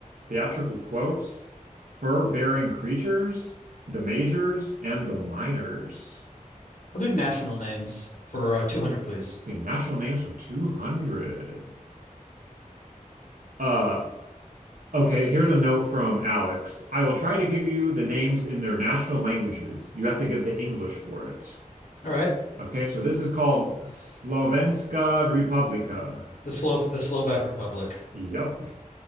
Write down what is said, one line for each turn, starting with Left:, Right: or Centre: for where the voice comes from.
Right: theatrical quotes, fur-bearing creatures, the majors, and the minors.
Left: I'll do national names for uh, 200, please.
Right: Okay, national names for 200. Uh, okay, here's a note from Alex. I will try to give you the names in their national languages. You have to give the English for it.
Left: All right.
Right: Okay, so this is called Slovenska Republika.
Left: The Slov the Slovak Republic.
Right: Yep.